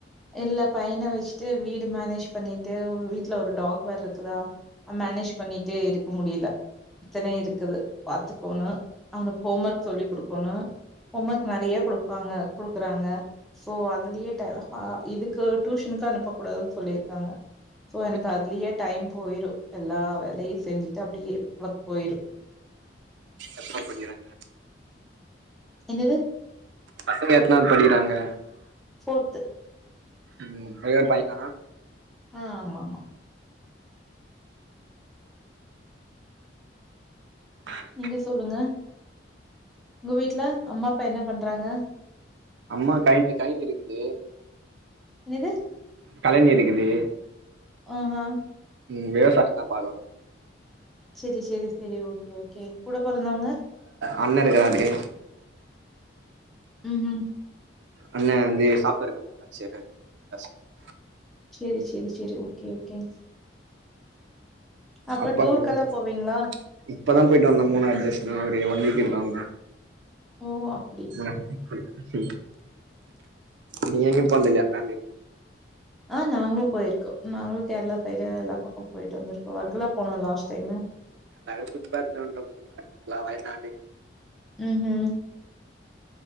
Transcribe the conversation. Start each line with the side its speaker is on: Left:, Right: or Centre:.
Centre: இல்ல பையன வச்சிட்டு வீடு மேனேஜ் பண்ணிட்டு வீட்ல ஒரு டாக் வேற இருக்குதா மேனேஜ் பண்ணிட்டு இருக்க முடியல இத்தன இருக்குது பாத்துக்கோனு அவனுக்கு ஹோம் ஒர்க் சொல்லி குடுக்கணு ஹோம் ஒர்க் நெறைய குடுப்பாங்க குடுக்குறாங்க சோ அதுலியே டயர்ட் ஆ இதுக்கு டியூஷனுக்கு அனுப்ப கூடாதுன் சொல்லியிருக்காங்க சோ எனக்கு
Right: வீட்டில்
Centre: அதுலயே டைம் போயிரு எல்லா வேலையு செஞ்சுட்டு அப்டியே ஒர்க் போய்ரு
Right: எத்னாவ்து படிக்கிறாங்க
Centre: என்னது
Right: பசங்க எத்தனாவ்து படிக்கிறாங்க
Centre: ஃபோர்த்து
Right: ம் ஒரே ஒரு பையனா
Centre: ஆ ஆமா ஆமா
Right: <inaudible>
Centre: நீங்க சொல்லுங்க உங்க வீட்ல அம்மா அப்பா என்ன பண்றாங்க
Right: அம்மா <unintelligible>
Centre: என்னது
Right: கலன் எடுக்குது
Centre: அ அ
Right: ம் விவசாய தா பாக்குறோ
Centre: செரி செரி செரி ஓகே ஓகே கூட பொறந்தவங்க
Right: அண்ண இருக்காண்டே
Centre: ம்ஹ்ம்.
Right: அண்ண வந்து சாஃப்ட் வேர் கம்ப்பனி <unintelligible>
Centre: சேரி சேரி சேரி ஓகே ஓகே. அப்ப
Right: அப்பா
Centre: டூர்க்கெல்லா
Right: <inaudible>
Centre: போவீங்களா?
Right: இப்பதா போய்ட்டு வந்த மூணு <unintelligible> ஒரு ஒன் வீக் இருக்கு அவ்ள்தா
Centre: ஓ அப்
Right: <inaudible> நீ எங்கியு போன்தில்லையா ஃபேம்லி
Centre: ஆ நாங்ளு போய்ர்க்கோ நாங்களு கேரளா சைடு எல்லா பக்கொ போய்ட்டு வந்த்ருக்கோ <unintelligible> போனோ லாஸ்ட் டைமு
Right: எல்லாரு சுத்தி பாத்துட்டு வன்ட்டோ <inaudible> எல்லா வயநாடு
Centre: ம் ஹ்ம்